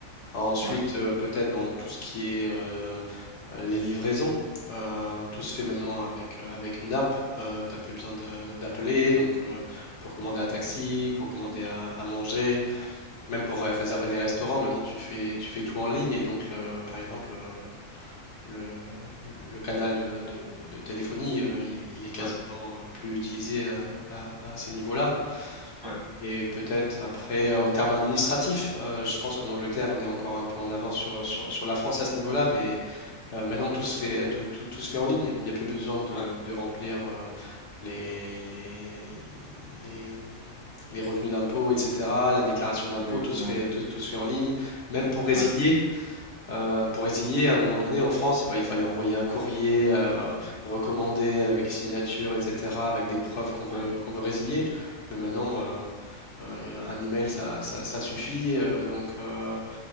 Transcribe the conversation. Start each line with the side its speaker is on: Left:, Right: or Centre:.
Left: Ensuite,
Right: ouais,
Left: euh, peut-être dans tout ce qui est euh, euh, les livraisons, euh, tout se fait maintenant avec, euh, avec une app. tu n'as plus besoin de- d'appeler, donc euh, pour commander un taxi, pour commander à, à manger, même pour euh, réserver les restaurants, maintenant tu fais, tu fais tout en ligne. Et donc, le- par exemple, euh, le, le canal de, de- de téléphonie, euh, il, il est quasiment
Right: ouais,
Left: euh, plus utilisé à, à- à ces niveaux-là.
Right: ouais,
Left: Et peut-être après, euh, en termes administratifs, euh, je pense qu'en Angleterre, on est encore un peu en avance sur, sur, sur la France à ce niveau-là, mais euh, maintenant tout se fait, tout, tout- tout se fait en ligne. Il n'y a plus besoin de,
Right: ouais,
Left: de remplir euh, les, les, les, les revenus d'impôt, etc., la déclaration d'impôt,
Right: exactement,
Left: tout se fait,
Right: ouais,
Left: tout, tout se fait en ligne. Même pour résilier,
Right: ouais,
Left: euh, pour résilier, à un moment donné, en France, eh ben, il fallait envoyer un courrier euh, recommandé avec signature, etc., avec des preuves qu'on veut,
Right: ouais,
Left: qu'on veut résilier. Mais maintenant, euh, euh, un email, ça, ça, ça suffit. euh, donc, euh,